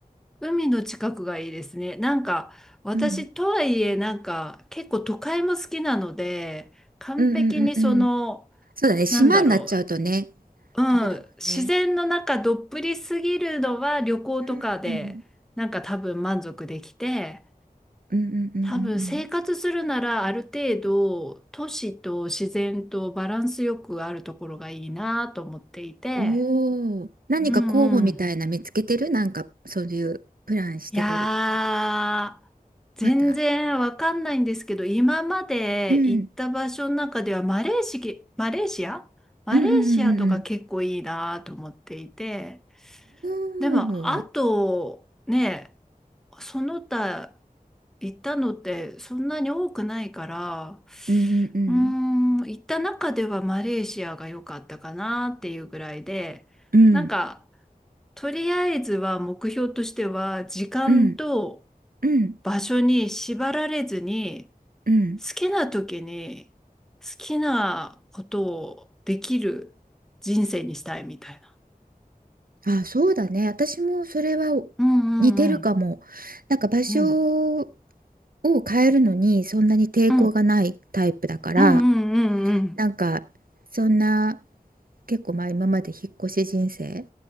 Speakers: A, in the centre; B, on the right.
A: 海の近くがいいですね。なんか、私とはいえ、
B: うん
A: なんか、結構都会も好きなので、完璧にその、
B: うんうんうんうん。そうだね、島になっちゃうとね、
A: なんだろう、うん、
B: あれだもんね。
A: 自然の中どっぷりすぎるのは旅行とかでなんか多分満足できて
B: うんうんうんうんうんうんう
A: 多分生活するならある程度都市と自然とバランスよくあるところがいいなと思っていて
B: ん。おお、何か候補みたいな見つけてるなんかそういうプランしてたりとか。
A: うんうんいやー全然わかんないんですけど今まで行った場所の中ではマレーシ、
B: まだ。うん。
A: マレーシアマレーシアとか結構いいなと思っていて。
B: うんうんうんうんうん。おお。
A: でも、あと、ね、その他行ったのってそんなに多くないから、
B: うんうんうん。
A: うーん、行った中ではマレーシアが良かったかなっていうぐらいで、
B: うん
A: なんか、とりあえずは目標としては、時間と
B: うんうん
A: 場所に縛られずに、
B: うん。
A: 好きな時に好きなことをできる人生にしたいみたいな。
B: あ、そうだね。私もそれは
A: うんうんうん。
B: 似てるかも。なんか場所を
A: うん。
B: 変えるのにそんなに抵抗がないタイプだから。
A: うんうんうん
B: なんかそんな結構まあ今まで引っ越し人生